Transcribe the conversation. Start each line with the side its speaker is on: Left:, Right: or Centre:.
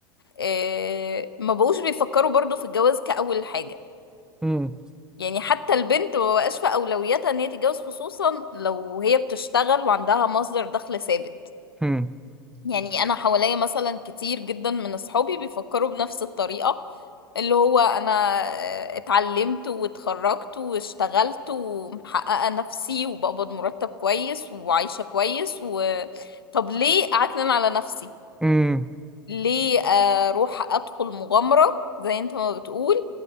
Left: آه، ما بقوش بيفكروا برضو في الجواز كأول حاجة
Centre: امم
Left: يعني حتى البنت ما بقاش في اولوياتها ان هي تتجوز خصوصا لو هي بتشتغل وعندها مصدر دخل ثابت
Centre: امم
Left: يعني انا حواليا مثلا كتير جدا من اصحابي بيفكروا بنفس الطريقة اللي هو انا اتعلمت واتخرجت واشتغلت ومحققة نفسي وبقبض مرتب كويس وعايشة كويس و... طب ليه اعكنن على نفسي
Centre: امم
Left: ليه اروح ادخل مغامرة زي انت ما بتقول